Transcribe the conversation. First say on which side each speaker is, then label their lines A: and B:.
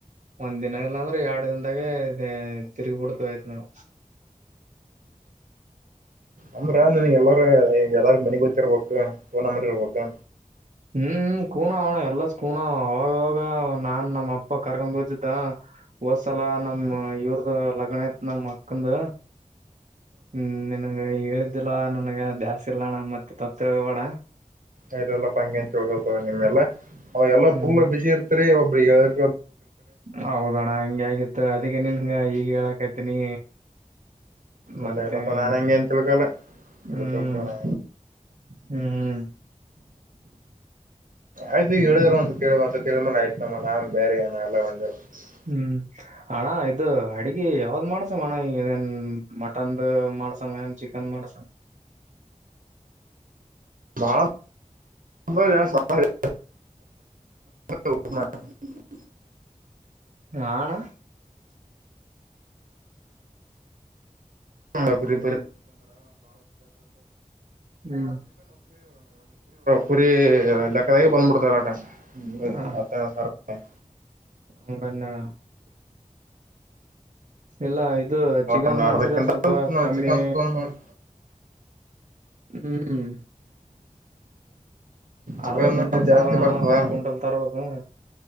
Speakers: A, on the right; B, on the right.
A: ಒಂದ್ ದಿನ ಇಲ್ಲ ಅಂದ್ರ ಎರಡ್ ದಿನದಾಗೆ ತಿರ್ಗಿ ಬಿಡ್ತ ಆಯ್ತ್ ನಾವ
B: ಅಂದ್ರೆ ನನಗೆ ಎಲ್ಲಾರ ಎಲ್ಲಾರ್ ಮನಿ ಗೊತ್ತಿರ್ಬೇಕು <unintelligible> ಇರ್ಬೇಕು
A: ಹ್ಮ್ ಕೂನ ಅವಣ ಎಲ್ಲ ಕೂನ ಅವಾಗವಾಗ ನಾನ್ ನಮ್ಮ ಅಪ್ಪ ಕರ್ಕೊಂಡ್ ಹೋತಿದ್ದ ಹೋದ್ಸಲ ನಮ
B: ಹ್ಮ್
A: ಇವ್ರದು ಲಗ್ನ ಇಟ್ಟು ನಮ್ ಅಕ್ಕಂದ ಹ್ಮ್ ನಿಂಗೆ ಹೇಳ ನನ್ಗೆ ದಾಸ್ ಇಲೋಣ ಮತ್ತೆ ತಪ್ತಿಳ್ಕೋಬೇಡ
B: ಆಯ್ತು ಹೇಳಪ್ಪ ಅಂಗೇನ್ ತಿಳ್ಕೊಕ್ಕೆ ಹೋಗಲ್ಲ ಅವಾಗ ಎಲ್ಲಾ
A: ಹ್ಮ್
B: ಪುಲ್ಲ ಬಿಸಿ ಇರ್ತರಿ <unintelligible>
A: ಹೌದಣ್ಣ ಹಂಗೆ ಆಗಿತ್ತು ಅದಕ್ಕೆ ನಿಂಗ ಈಗ ಹೇಳಕೈತನಿ
B: ಇಲ್ಲ
A: ಮತ್ತೆನು
B: ಇಲ್ಲಪ್ಪ ನಾನ್ ಹಂಗೆ
A: <inaudible>
B: ಅಂತ ತಿಳ್ಕೊಲ್ಲ ತಿಳ್ಕೊಳ್ತಾವ
A: ಹ್ಮ್
B: ನಾ
A: <inaudible> ಹ್ಮ್ ಹ್ಮ್
B: ಆಯ್ತು ಹೇಳಿದ್ರ ಒಂದ್ ಒಂದಸ ಹೇಳಿದ್ಮೇಲೆ ಆಯ್ತು ನಮ್ಮ ನಾನ್ ಬೇರೆ ಏನ <unintelligible>
A: ಹ್ಮ್ ಅಣ್ಣ ಇದು ಅಡ್ಗಿ ಯಾವ್ದ್ ಮಾಡ್ಸಮ್ಮ ಅಣ್ಣ ಹಂಗ ಇದೇನ್ ಮಟನ್ ಮಾಡಸಮ್ಮ ಏನ್ ಚಿಕನ್ ಮಾಡ್ಸ
B: <unintelligible> <unintelligible>
A: ಹಾ ಅಣ್ಣ
B: <unintelligible> <unintelligible> <unintelligible> ಕುರಿ
A: ಹ್ಮ್
B: ಕುರಿ ಲೆಕ್ಕದಾಗೆ ಬಂದ್ಬಿಡ್ತಲ್ಲ
A: ಹ
B: <unintelligible>
A: <unintelligible> ಇಲ್ಲ ಇದು ಚಿಕನ್
B: ಒಂದ್
A: ಮಾಡಿಸ್ರೆ
B: ಅರ್ಧ ಕ್ವಿಂಟಲ್
A: ಸ್ವಲ್ಪ ಕಮ್ಮಿ
B: ಚಿಕನ್ ತೊಗೊಂಡ್
A: ಹ್ಮ್
B: ಚಿಕನ್
A: ಅರ್ಧ ಕ್ವಿಂಟಲ್
B: ಜಾಸ್ತಿ
A: ಸಾಲಣ್ಣ
B: ಬರ್ತದ
A: ಒಂದ್ ಕ್ವಿಂಟಲ್ ತರ್ಬೇಕು